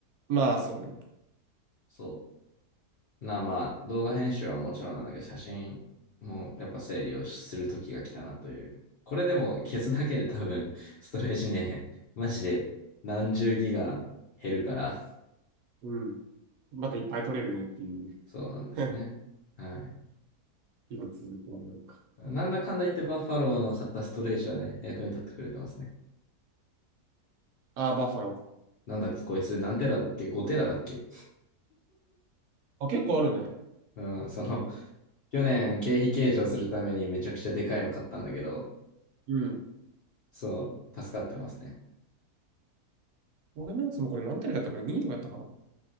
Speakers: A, on the right (about 70°); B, on the left (about 70°).
A: まあ、そうね。
B: そう。な、まあ、動画編集はもちろんなんだけど、写真もやっぱ整理をする時が来たなという。これでも消すだけで多分、<laughs> ストレージね、マジで何十ギガ減るから、
A: うん。またいっぱい取れるねっていう。
B: そうなんですね。
A: <laughs>
B: はい。
A: 今続くので。
B: なんだかんだ言ってバッファローの買ったストレージはね、役に立ってくれてますね。
A: ああ、バッファロ
B: なんだっけ、こいつ何テラだっけ ?5 テラだっけ
A: ー。あ、結構あるね。
B: うん、<laughs> その、去年経費計上するためにめちゃくちゃでかいの買ったんだけど、
A: うん。
B: そう、助かってますね。
A: 俺のやつもこれ何テラやったから ?2 とかやったかな